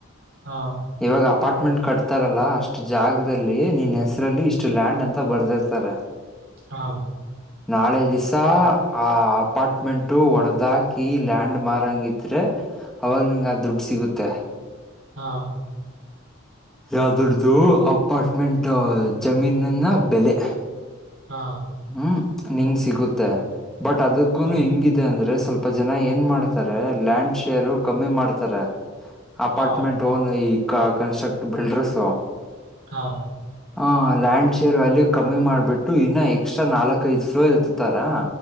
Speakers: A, on the right (about 80°); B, in the centre.
A: ಹಾ
B: ಇವಾಗ ಅಪಾರ್ಟ್ಮೆಂಟ್ ಕಟ್ತಾರಲ್ಲಾ ಅಷ್ಟು ಜಾಗದಲ್ಲಿ ನಿನ್ ಹೆಸರಲ್ಲಿ ಇಷ್ಟು ಲ್ಯಾಂಡ್ ಅಂತ ಬರ್ದಿರ್ತ ತದೆ
A: ಹ
B: ನಾಳೆ ದಿವಸ ಆ ಅಪಾರ್ಟ್ಮೆಂಟು ಹೊಡದಾಕಿ ಲ್ಯಾಂಡ್ ಮಾರ್ಂಗ ಇದ್ರೆ ಅವಾಗ ನಿಂಗ ಅ ದುಡ್ಡು ಸಿಗುತ್ತೆ
A: ಹಾ
B: ಯಾವ್ದಡ್ದು ಅಪಾರ್ಟ್ಮೆಂಟ್ ಜಮೀನನ್ನ ಬೆಲೆ
A: ಹಾ
B: ಹ್ಮ್ ನಿಂಗ ಸಿಗುತ್ತೆ ಬಟ್ ಅದಕ್ಕೂ
A: ಹಾ
B: ಹೆಂಗಿದೆ ಅಂದ್ರೆ ಸ್ವಲ್ಪ ಇಪ್ಪ ಜನ ಏನ್ ಮಾಡ್ತಾರೆ ಲ್ಯಾಂಡ್ ಶೇರ್ ಕಮ್ಮಿ ಮಾಡ್ತಾರೆ ಅಪಾರ್ಟ್ಮೆಂಟ್
A: ಹಾ
B: ಕಂಟ್ರಾಕ್ಟ್ ಬಿಲ್ಡರ್ಸ್
A: ಹಾ
B: ಹಾ ಲ್ಯಾಂಡ್ ಶೇರ್ ವ್ಯಾಲ್ಯೂ ಕಮ್ಮಿ ಮಾಡ್ಬಿಟ್ಟು ಇನ್ನ ಎಕ್ಸ್ಟ್ರಾ ನಾಲ್ಕ್ ಐದು ಫ್ಲೋ ಇರ್ತ್ತಾರಾ